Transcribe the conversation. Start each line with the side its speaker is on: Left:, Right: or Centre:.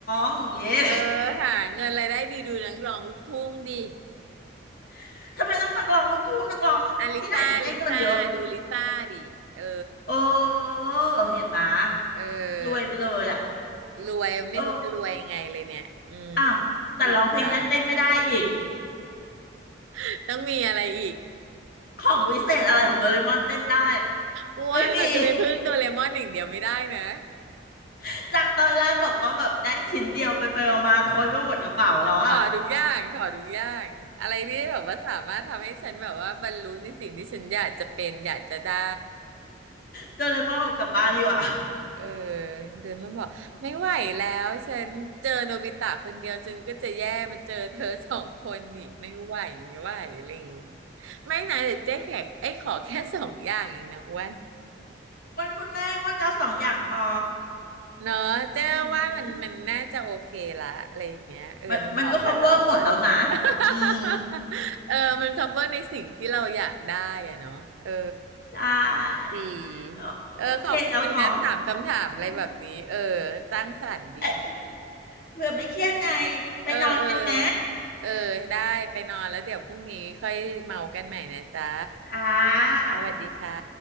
Left: งอย่างเงี้ย
Right: เออหาเงินรายได้ดีดูนักร้องลูกทุ่งดี
Left: <laughs> ทำไมต้องนักร้องลูกทุ่งนักร้องที่ไหนก็ได้เงินเยอะ
Right: อะลิซ่าลิซ่าดูลิซ่าดิเออ
Left: เออเห็นไหม
Right: เออ
Left: รวยไปเลยอ่ะ
Right: รวยไม่รู้จะรวยยังไงเลยเนี่ยอืม
Left: เอออ่ะแต่ร้องเพลงได้เต้นไม่ได้อีก
Right: อิจฉา <laughs> ต้องมีอะไรอีก
Left: ของวิเศษอะไรของโดเรมอนเต้นได้
Right: อ้วนเราจะไปพึ่งโดเรมอนอย่างเดียวไม่ได้นะ
Left: ไม่มี <laughs> จากตอนแรกบอกว่าแบบได้ชิ้นเดียวไปไปมาๆคนก็หมดกระเป๋าแล้วอ่ะ
Right: ขอทุกอย่างขอทุกอย่างอะไรที่แบบว่าสามารถทำให้ฉันแบบว่าบรรลุในสิ่งที่ฉันอยากจะเป็นอยากจะได้
Left: โดเรมอนออกกลับบ้านดีกว่า
Right: เออเดินมาบอกไม่ไหวแล้วฉันเจอโนบิตะคนเดียวฉันก็จะแย่มาเจอเธอสองคนอีกไม่ไหวไม่ไหวอะไรอย่างงี้ไม่นะเดี๋ยวเจ๊แขกไอ้ยขอแค่สองอย่างเองนะอ้วน
Left: <laughs> วันพุธแรกวันก็เอาสองอย่างพอ
Right: เนาะเจ๊ว่ามันมันน่าจะโอเคละอะไรอย่างเงี้ยเออมันเหมาะกับเรานะ
Left: อืมมันมันก็ cover หมดแล้วนะอืม
Right: <laughs> เออมัน cover ในสิ่งที่เราอยากได้อะเนาะเออ
Left: ใช่
Right: ดี
Left: ก็โอเคแล้วเนาะ
Right: เออขอบคุณนะถามคำถามอะไรแบบนี้เออ
Left: อืม
Right: สร้างสรรค์ดี
Left: เอ๊ะเผื่อไม่เครียดไงไปนอนกันไหม
Right: เออเออเออได้ไปนอนแล้วเดี๋ยวพรุ่งนี้ค่อยเมากันใหม่นะจ๊ะ
Left: ค่ะ
Right: สวัสดีค่ะ